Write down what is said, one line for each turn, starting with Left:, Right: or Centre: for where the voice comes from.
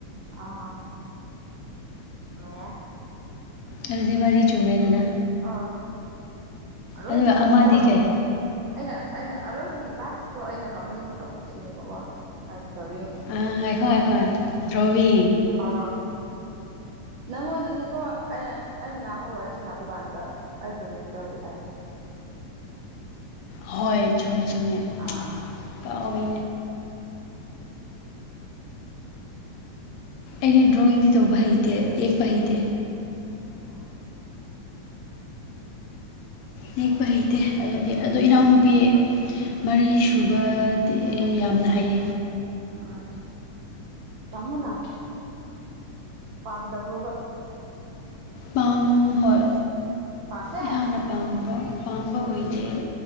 Right: ꯑꯥ ꯃ
Left: ꯑꯗꯨꯗꯤ ꯃꯔꯤ ꯆꯨꯝꯔꯦꯗꯅ
Right: ꯑꯥ ꯑꯔꯣꯏꯕꯒꯤꯗꯣꯀꯣ
Left: ꯑꯗꯨꯒ ꯑꯃꯗꯤ ꯀꯩ
Right: ꯑꯩꯅ ꯑꯩꯅ ꯑꯔꯣꯏꯕꯒꯤ ꯂꯥꯁꯇꯣ ꯑꯩꯅ ꯀꯃꯟꯂꯤ ꯇꯧꯕꯁꯤꯅꯦꯕꯀꯣ ꯗ꯭ꯔꯣꯕꯤꯡ
Left: ꯑ ꯍꯥꯏꯈꯣꯏ ꯑꯩꯈꯣꯏ ꯗ꯭ꯔꯕꯤ
Right: ꯑ ꯅꯪꯉꯣꯟꯗꯅꯤꯀꯣ ꯑꯩꯅ ꯑꯩꯅ ꯅꯍꯅꯥꯃꯨꯛ ꯋꯥꯔꯤ ꯁꯥꯟꯅꯕ ꯀꯥꯟꯗ ꯑꯩ ꯗ꯭ꯔꯣꯕꯤꯡ ꯇꯧꯔꯤ ꯍꯥꯏꯕꯗꯣ
Left: ꯍꯣꯏ ꯆꯖꯨꯝꯃꯦ ꯖꯨꯝꯃꯦ
Right: ꯑꯥ ꯑꯥ
Left: ꯀꯥꯎꯅꯦ ꯑꯩꯅ ꯗ꯭ꯔꯣꯋꯤꯡꯗꯤ ꯇꯧꯕ ꯍꯩꯇꯦ ꯌꯦꯛꯄ ꯍꯩꯇꯦ
Right: ꯑꯣ
Left: ꯅꯦꯛꯄ ꯍꯩꯇꯦ ꯑꯗꯨꯗꯤ ꯑꯣ ꯏꯅꯥꯎꯅꯨꯄꯤ ꯃꯔꯤ ꯁꯨꯕꯗꯤ ꯌꯥꯝꯅ ꯍꯩ
Right: ꯑꯥ ꯇꯃꯨꯅꯥ ꯄꯥꯝꯗꯕ꯭ꯔꯣꯕ
Left: ꯄꯥꯝ ꯍꯣꯏ
Right: ꯄꯥꯝꯗꯦ
Left: ꯏꯁꯥꯅ ꯄꯥꯝꯕ ꯄꯥꯝꯕ ꯑꯣꯏꯗꯦ